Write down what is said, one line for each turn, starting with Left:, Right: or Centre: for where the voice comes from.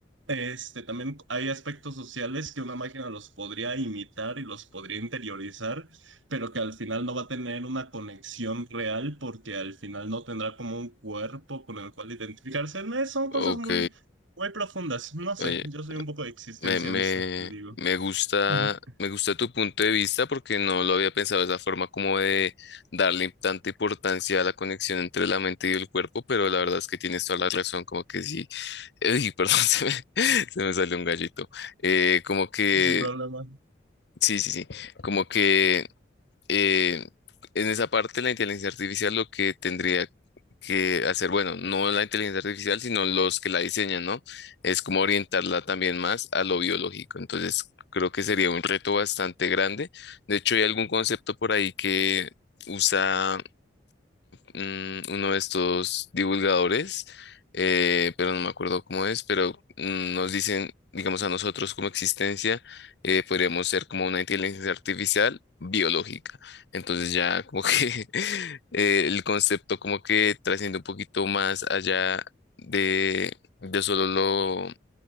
Right: este, también hay aspectos sociales que una máquina los podría imitar y los podría interiorizar, pero que al final no va a tener una conexión real porque al final no tendrá como un cuerpo con el cual identificarse. No, son
Left: ok.
Right: cosas muy, muy profundas. No sé,
Left: Oye,
Right: yo soy un poco existencialista,
Left: Me, me,
Right: te digo,
Left: me gusta,
Right: <laughs>
Left: me gusta tu punto de vista porque no lo había pensado de esa forma como de darle tanta importancia a la conexión entre la mente y el cuerpo, pero la verdad es que tienes toda la razón, como que sí, uy, perdón, <laughs> se me, se me salió un gallito, Eh, como que,
Right: sin problema,
Left: sí, sí, sí, como que eh, en esa parte la inteligencia artificial lo que tendría que hacer, bueno, no la inteligencia artificial, sino los que la diseñan, ¿no? Es como orientarla también más a lo biológico. Entonces, creo que sería un reto bastante grande. De hecho, hay algún concepto por ahí que usa un- uno de estos divulgadores, eh, pero no me acuerdo cómo es, pero mm, nos dicen, digamos, a nosotros como existencia, eh, podríamos ser como una inteligencia artificial biológica. Entonces ya como que <laughs> eh, el concepto como que trasciende un poquito más allá de, de solo lo...